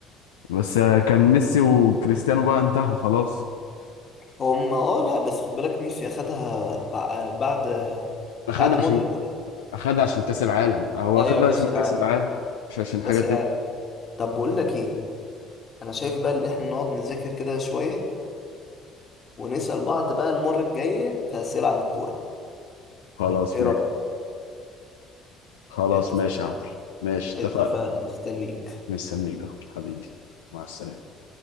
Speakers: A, on the left; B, on the left.
A: بس آه، كان ميسي وكريستيانو بقى انتهوا خلاص
B: هم اه لا بس خد بالك ميسي اخدها بع- بعد
A: اخدها
B: بعد مودريتش
A: عشان اخدها عشان كاس العالم هو
B: ايوه
A: اخدها
B: كاس
A: عشان
B: العالم
A: كاس العالم مش عشان حاجه
B: كاس
A: تانية
B: العالم طب بقول لك ايه انا شايف بقى اللي احنا نقعد نذاكر كده شوية ونسأل بعض بقى المرة الجاية في أسئلة عن الكورة
A: خلاص
B: ايه
A: ماشي
B: رأيك
A: خلاص
B: اتفقنا؟
A: ماشي يا عمرو ماشي
B: اتفقنا
A: اتفقنا
B: مستنيك
A: مستنيك يا عمرو، حبيبي مع السلامه